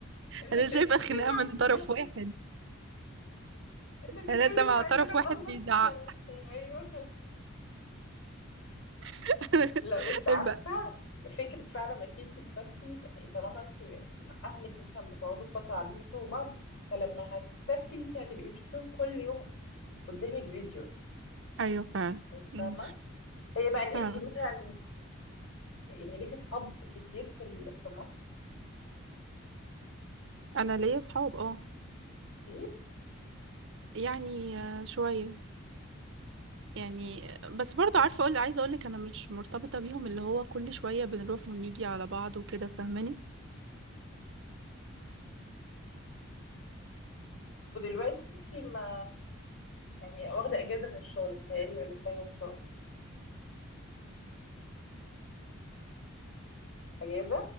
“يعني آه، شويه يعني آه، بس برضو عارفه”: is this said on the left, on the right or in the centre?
Right